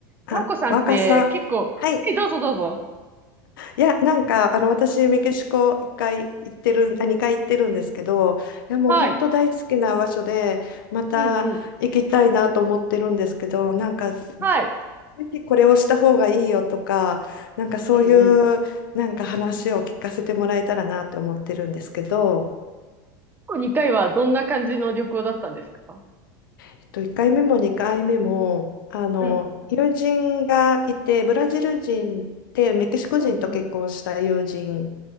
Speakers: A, on the left; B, on the right.
A: あ、
B: なおこさんって結構、
A: 若さ。はい。
B: え、どうぞどうぞ。
A: いや、なんか、あの、私、メキシコ一回行ってる、あ、2回行ってるんですけど、いや、もう本当大好きな場所で、
B: はい。
A: また行きたいなと思ってるんですけど、
B: うんうん。
A: なんか、ぜ
B: はい。
A: ひこれをした方がいいよとか、なんかそういう、
B: うんうん。
A: なんか話を聞かせてもらえたらなって思ってるんですけど、
B: 過去2回はどんな感じの旅行だったんですか
A: えっと、1回目も2回目も、あの、
B: うん。
A: 友人がいて、ブラジル人で、メキシコ人と結婚した友人
B: うんうん。